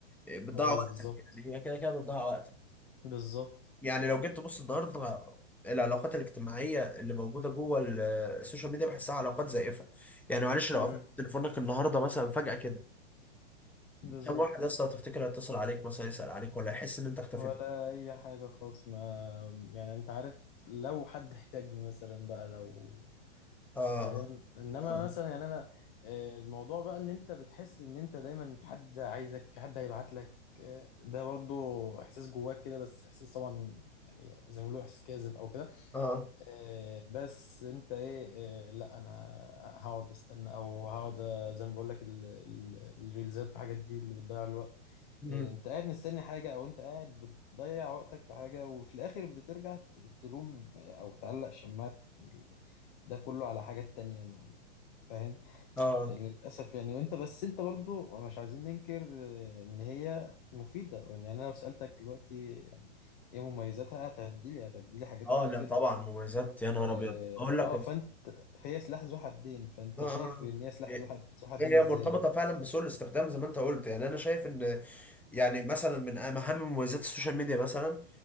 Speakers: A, in the centre; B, on the left.
A: آه، بتضيع
B: ايوه
A: وقتك
B: بالظبط
A: يعني هي كده كده بتضيع وقتك
B: بالظبط
A: يعني لو جيت تبص النهارده العلاقات الاجتماعيه اللي موجوده جوه ال- السوشيال ميديا بحسها علاقات زائفه يعني معلش لو
B: امم
A: قفلت تليفونك النهارده مثلا فجاه كده
B: بالظبط
A: كم واحد يا اسطى هتفتكر هيتصل عليك مثلا يسال عليك ولا يحس ان انت اختفيت
B: ولا اي حاجة خالص ما يعني انت عارف لو حد احتاجني مثلا بقى لو
A: اه
B: فاهم انما
A: اه
B: مثلا يعني انا آه، الموضوع بقى ان انت بتحس ان انت دايما في حد عايزك في حد هيبعت لك آه، ده برضو احساس جواك كده بس احساس طبعا يعني زي ما بيقولوا احساس كاذب او كده
A: اه آه.
B: آه، بس انت ايه آه، لا انا هقعد استنى او هقعد آه، زي ما بقول لك ال- ال- الريلزات الحاجات دي اللي بتضيع الوقت
A: مم.
B: آه، انت قاعد مستني حاجه او انت قاعد بتضيع وقتك في حاجه وفي الاخر بترجع ت- تلوم آه، او تعلق شماعه ال- ده كله على حاجات تانية ما- فاهم
A: اه
B: آه، للاسف يعني وانت بس انت برضو مش عايزين ننكر آه، ان هي مفيده وان انا لو سالتك دلوقتي يعني ايه مميزاتها هتعدي لي هتعدي لي حاجات
A: اه
B: كتير
A: لا
B: جدا
A: طبعا مميزات يا نهار
B: اه
A: ابيض اقول
B: آه،
A: لك يا-
B: فانت فهي سلاح ذو حدين فانت
A: اه آه،
B: شايف
A: آه.
B: ان هي سلاح
A: إيه،
B: ذو حد ذو حدين
A: إيه، هي
B: ازاي
A: مرتبطه
B: يعني
A: فعلا بسوء الاستخدام زي ما انت قلت يعني انا شايف ان يعني مثلا من اهم مميزات السوشيال ميديا مثلا